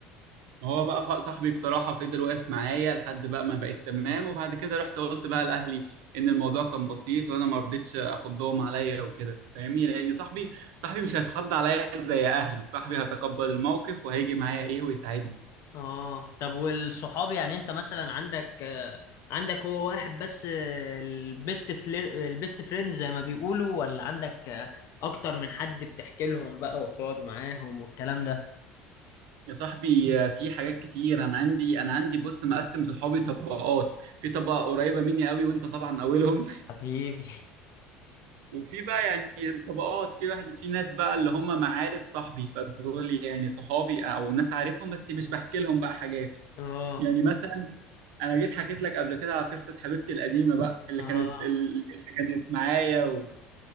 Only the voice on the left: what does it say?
اه طب والصحاب يعني انت مثلا عندك آه، عندك هو واحد بس آه، البيست فلير البيست فريند زي ما بيقولوا ولا عندك آه، اكتر من حد بتحكي لهم بقى وبتقعد معاهم والكلام ده
حبيبي
اه
اه